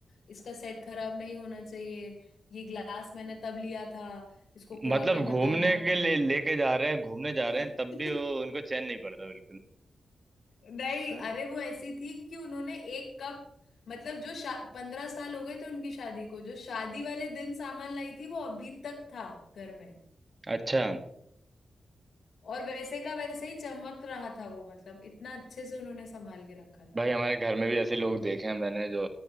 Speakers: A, on the left (about 75°); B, on the right (about 30°).
A: इसका सेट खराब नहीं होना चाहिए ये ग्लास मैंने तब लिया था इसको खोआ
B: मतलब
A: के मत
B: घूमने
A: आना
B: के
A: तुम
B: लिए लेके जा रहे हैं घूमने जा
A: <laughs>
B: रहे हैं तब भी वो उनको चैन नहीं पड़ रहा बिल्कुल
A: नहीं
B: हैं?
A: अरे वो ऐसी थी कि उन्होंने एक कप मतलब जो पंद्रह साल हो गए थे उनकी शादी को जो शादी वाले दिन सामान लाई थी वो अभी तक था घर में
B: अच्छा
A: और वैसे का वैसे ही चमक रहा था वो मतलब इतना अच्छे से उन्होंने संभाल के रखा था
B: भाई हमारे घर में भी ऐसे लोग देखे हैं मैंने जो